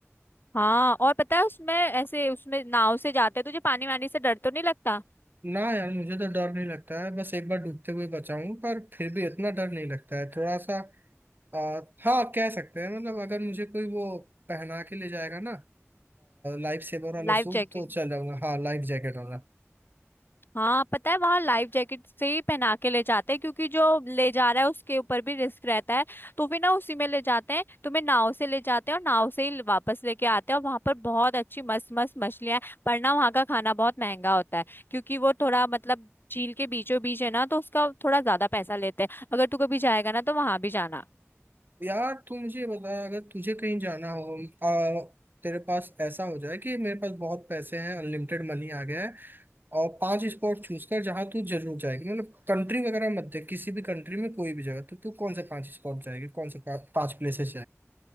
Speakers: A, on the left; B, on the right.
A: हाँ और पता है उसमें ऐसे उसमें नाव से जाते हैं तुझे पानी वानी से डर तो नहीं लगता
B: ना यार मुझे तो डर नहीं लगता है बस एक बार डूबते हुए बचा हूं पर फिर भी इतना डर नहीं लगता है थोड़ा सा आ, हाँ कह सकते हैं मतलब अगर मुझे कोई वो पहना के ले जाएगा ना लाइफ सेवर वाला
A: Life
B: सूट
A: jacket
B: तो चल जाऊंगा हाँ लाइफ जैकेट वाला
A: हाँ पता है वहां लाइफ जैकेट से ही पहना के ले जाते हैं क्योंकि जो ले जा रहा है उसके ऊपर भी रिस्क रहता है तो फिर ना उसी में ले जाते हैं तुम्हें नाव से ले जाते हैं और नाव से ही वापस लेके आते हैं और वहां पर बहुत अच्छी मस्त मस्त मछलियां हैं पर ना वहां का खाना बहुत महंगा होता है क्योंकि वो थोड़ा मतलब झील के बीचों बीच है ना तो उसका थोड़ा ज्यादा पैसा लेते हैं अगर तू कभी जाएगा ना तो वहां भी जाना
B: यार तू मुझे बता अगर तुझे कहीं जाना हो आ, तेरे पास ऐसा हो जाए कि मेरे पास बहुत पैसे हैं अनलिमिटेड मनी आ गया है और पांच स्पॉट चूज कर जहाँ तू जरूर जाएगी मतलब कंट्री वगैरह मत देख किसी भी कंट्री में कोई भी जगह तो तू कौन से पांच स्पॉट जाएगी कौन से पा, पांच प्लेसेस